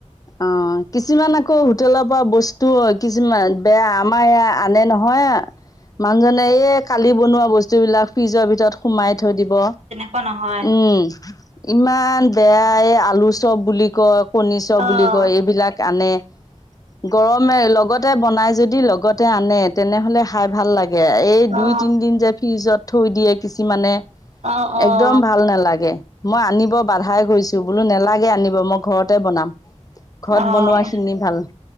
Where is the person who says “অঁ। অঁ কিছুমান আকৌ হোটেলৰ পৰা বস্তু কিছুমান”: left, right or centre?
Left